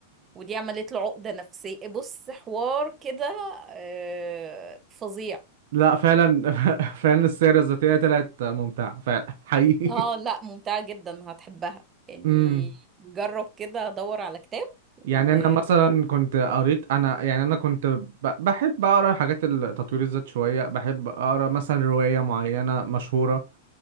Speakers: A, on the right; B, on the right.
A: ودي عملت له عقدة نفسية بص حوار كده آه، فظيع
B: لا فعلا <laughs> فعلا السيرة الذاتية طلعت ممتعة فعلا حقيقي
A: اه لا ممتعة جدا هتحبها يعني
B: امم
A: جرب كده دور على كتاب و
B: يعني انا مثلا كنت قريت انا يعني انا كنت ب- بحب اقرا حاجات تطوير الذات شوية بحب اقرا مثلا رواية معينة مشهورة